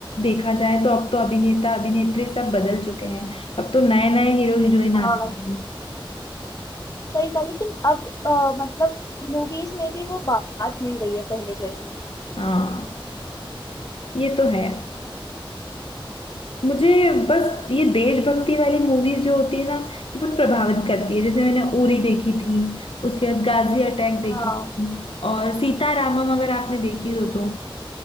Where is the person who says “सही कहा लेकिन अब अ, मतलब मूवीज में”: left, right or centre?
Left